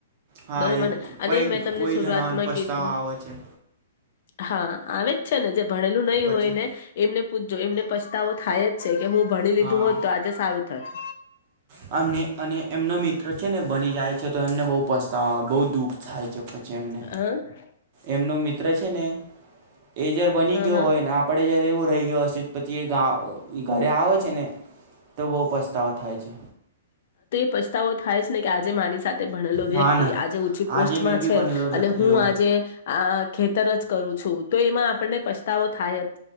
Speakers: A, on the right; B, on the left.
A: હા
B: બરોબર
A: એ
B: ને? અને
A: કઈ
B: મેં તમને
A: કોઈ જણાને
B: વાત માં
A: પસ્તાવા
B: કીધું.
A: આવે છે
B: હા આવે જ છે ને. જે ભણેલું નહી
A: પછી
B: હોય ને એમને પૂછજો એમને પછતાવો થાય જ છે કે હું ભણી લીધું
A: હા
B: હોત તો, આજે સારું થત
A: અમને અને એમનો મિત્ર છે ને બની જાય છે તો, એમને બહ પસ તા બહુ દુઃખ થાય છે પછી એમને.
B: હ હ
A: એમનો મિત કુતરે છેને એ જ્યારે બની ગયો
B: હ
A: હોય. ને આપડે જયારે એવું રહી ગયો હશ પતિએ ગા એ ઘરે આવે છે ને. તો બહુ પસ્તાવ થાય છે.
B: પસ્તાવ થાય છ ને, કે આજે મારી સ સાથે ભણેલો વ્યક્તિ
A: હા ના
B: આજે ઉચી
A: આજે
B: પોસ્ટમાં
A: મેં બી
B: છે.
A: બનેલો રહેતો
B: અને હું
A: એવું
B: આજે આ ખેતર જ કરું છું. તો એમાં આપણને પછતાવો થાાયત